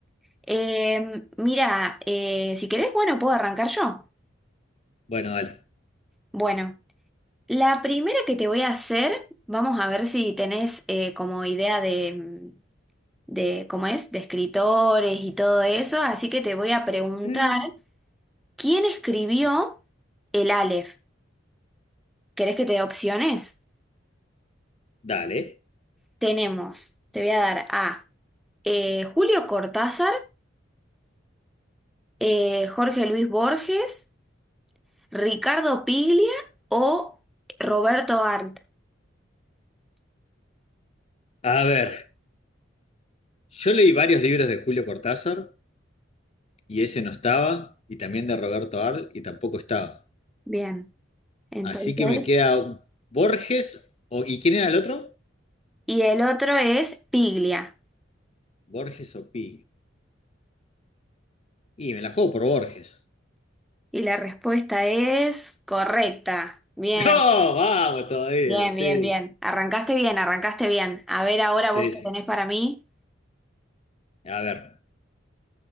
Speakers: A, in the centre; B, on the left.
A: Eh, mira, eh, si querés, bueno, puedo arrancar yo.
B: Bueno, dale.
A: Bueno, la primera que te voy a hacer, vamos a ver si tenés eh, como idea de, de, ¿cómo es? De escritores y todo eso, así que te voy a preguntar,
B: Mm.
A: ¿quién escribió el Aleph? ¿Querés que te dé opciones?
B: Dale.
A: Tenemos, te voy a dar A, eh, Julio Cortázar, eh, Jorge Luis Borges, Ricardo Piglia o Roberto Arlt.
B: A ver, yo leí varios libros de Julio Cortázar. y ese no estaba, y también de Roberto Arlt, y tampoco estaba.
A: Bien, entonces,
B: Así que me queda Borges, o, ¿y quién era el otro?
A: y el otro es Piglia,
B: Borges o Pi. Y me la juego por Borges.
A: y la respuesta es correcta.
B: <laughs>
A: Bien.
B: ¡No! ¡Vamos todavía!
A: Bien,
B: Sí.
A: bien, bien. Arrancaste bien, arrancaste bien. A ver ahora
B: Sí,
A: vos qué
B: sí.
A: tenés para mí.
B: A ver,